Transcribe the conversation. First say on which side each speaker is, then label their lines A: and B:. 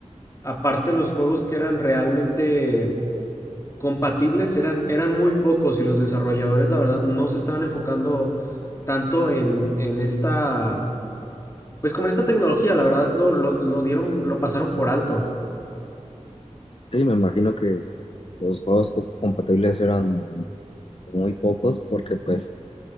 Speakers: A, on the left; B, on the left.
A: Aparte, los juegos que eran realmente compatibles eran, eran muy pocos y los desarrolladores, la verdad, no se estaban enfocando tanto en, en esta, pues como en esta tecnología, la verdad, lo, lo lo dieron, lo pasaron por alto.
B: Sí, me imagino que los juegos co- compatibles eran muy pocos porque pues